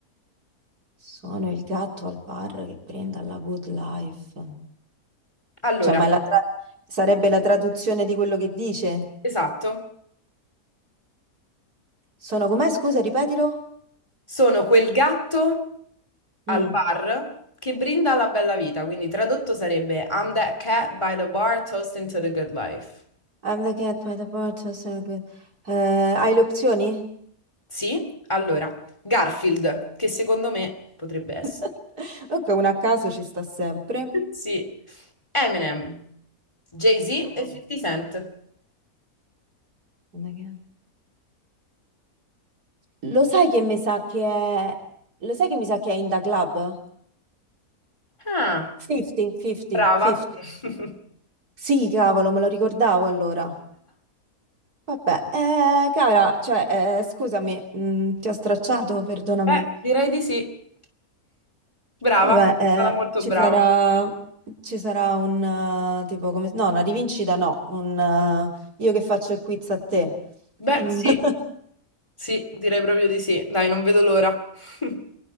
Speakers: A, on the right; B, on the left.
A: Sono il gatto al bar che prende alla good life.
B: Allora,
A: Cioè, ma è la tra- sarebbe la traduzione di quello che dice?
B: esatto.
A: Sono com'è? Scusa, ripetilo.
B: Sono quel gatto al
A: Mm.
B: bar che brinda alla bella vita, quindi tradotto sarebbe I'm that cat by the bar toasting to the good life.
A: I'm the cat by the bar, so so good. Eh, hai le opzioni?
B: Sì? Allora, Garfield, che secondo me potrebbe essere.
A: <laughs> Ok, una a caso ci sta sempre.
B: <laughs> Sì. Eminem, Jay-Z
A: Mm.
B: e 50 Cent.
A: I'm the cat. Lo sai che mi sa che è... Lo sai che mi sa che è in the club?
B: Ah,
A: 50, 50,
B: brava.
A: 50.
B: <laughs>
A: Sì, cavolo, me lo ricordavo allora. Vabbè, eh, cara, cioè, eh, scusami, mh, ti ho stracciato, perdonami.
B: Beh, direi di sì. Brava,
A: Vabbè, eh,
B: sarà molto
A: ci
B: brava.
A: sarà, ci sarà un, eh, tipo, come, no, una rivincita no, un, eh, io che faccio il quiz a te.
B: Beh,
A: <laughs>
B: sì, sì, direi proprio di sì. Dai, non vedo l'ora. <laughs>